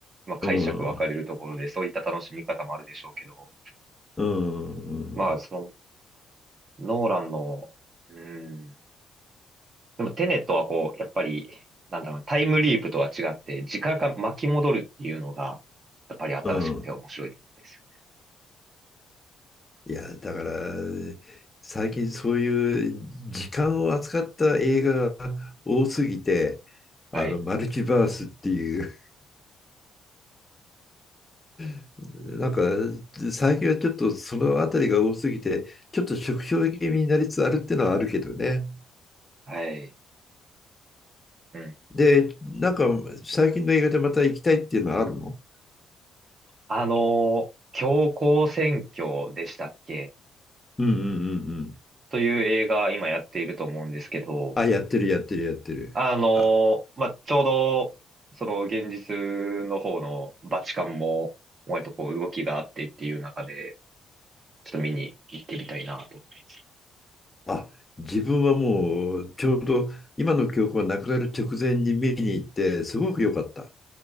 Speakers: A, on the right; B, on the left.
A: まあ解釈分かれるところで、
B: うん、
A: そういった楽しみ方もあるでしょうけど、
B: うん、
A: まあ、その、ノーランの、うーん。でも、テネットはこう、やっぱり、なんだろう、タイムリープとは違って、時間が巻き戻るっていうのが、やっぱり新しくて面白いところですよ
B: うん。いや、だから、最近そういう時間を扱った映画が多すぎて、あの、
A: ね。はい。
B: マルチバースっていう、<laughs> なんか、最近はちょっとそのあたりが多すぎて、ちょっと縮小気味になりつつあるっていうのはあるけどね。
A: はい。うん。
B: で、なんか、最近の映画でまた行きたいっていうのはあるの
A: あの、強行選挙でしたっけ
B: うんうんうんうん。
A: という映画、今やっていると思うんですけど、
B: あ、やってる、やってる、やってる。
A: あの、
B: あ、
A: まあ、ちょうど、その現実の方のバチカンも、割とこう動きがあってっていう中で、ちょっと見に行ってみたいなと思います。
B: あ、自分はもう、ちょうど今の記憶がなくなる直前に見に行って、すごく良かった。